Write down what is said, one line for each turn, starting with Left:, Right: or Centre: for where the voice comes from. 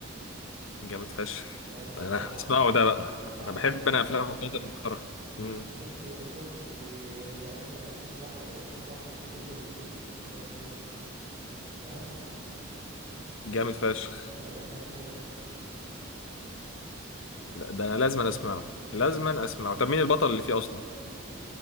Left: جامد فشخ
Right: فاهم يعني
Left: انا
Right: هو
Left: هسمعه ده بقى
Right: آه
Left: انا بحب
Right: ممكن
Left: انا افلام القتل المحترم مم.
Right: ممكن تو- يخش ي- يقتل عشرين واحد تلاتين واحد بكل هدوء وما يتلمس فاهم
Left: جامد فشخ
Right: فده كان حلو الصراحة
Left: لا ده انا لازم أنا اسمعه
Right: مم.
Left: لازم أنا اسمعه طب مين البطل اللي فيه اصلا